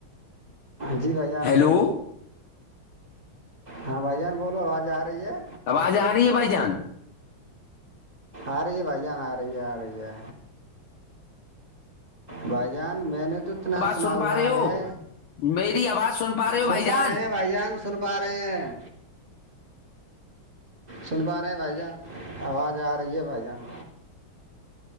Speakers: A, on the right; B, on the left.
A: جی بھائی جان
B: ہیلو
A: ہاں بھائی جان بولو آواز آ رہی ہے
B: آواز آ رہی ہے بھائی جان
A: آ رہ بیاان آ رہیا آ رہے بھائی جان میں نے تو نا
B: آواز
A: سنا
B: سن
A: ہوا
B: پا رہے ہو
A: ہے
B: میری آواز پا رہے ہو بھائی
A: سن پا
B: جان
A: رہے ہیں بھائی جان س سن پا رہے ہیں سن پا رہے ہیں بھائی جان آواز آ رہی ہے بھائی جان